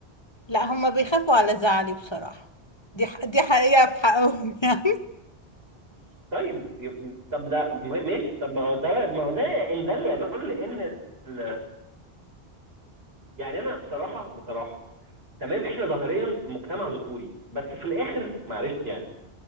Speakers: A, on the left; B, on the right.
A: لا هما بيخافوا على زعلي بصراحة دي ح... دي حقيقة في حقهم <laughs> يعني
B: طيب ي- طب ده م- ماشي طب ما هو ده ما هو ده ان ده اللي يدل ان ال- يعني انا بصراحه بصراحه تمام احنا ظاهريا مجتمع ذكوري بس في الاخر معلش يعني